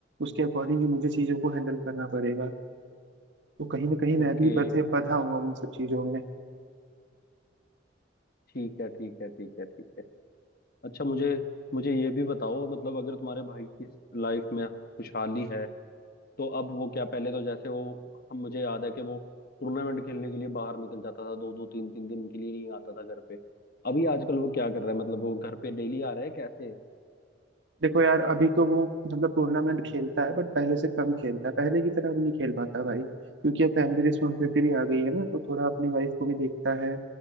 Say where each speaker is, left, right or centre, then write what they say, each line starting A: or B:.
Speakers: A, on the right; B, on the left.
A: उसके अकॉर्डिंग ही मुझे चीजों को हैंडल करना पड़ेगा तो कहीं ना कहीं
B: ओके
A: मैं भी बधे बंधा हुआ हूँ इन सब चीजों में
B: ठीक है ठीक है ठीक है ठीक है अच्छा मुझे मुझे ये भी बताओ मतलब अगर तुम्हारे भाई की लाइफ में खुशहाली है तो अब वो क्या पहले तो जैसे वो हम मुझे याद है कि वो टूर्नामेंट खेलने के लिए बाहर निकल जाता था दो दो तीन तीन दिन के लिए नहीं आता था घर पे अभी आजकल वो क्या कर रहा है मतलब वो घर पे डेली आ रहा है कैसे
A: देखो यार अभी तो वो मतलब टूर्नामेंट खेलता है बट पहले से कम खेलता है पहले की तरह अब नहीं खेल पाता भाई क्योंकि अब फैमिली रिस्पॉन्सिबिलिटी भी आ गई है ना तो थोड़ा अपनी वाइफ को भी देखता है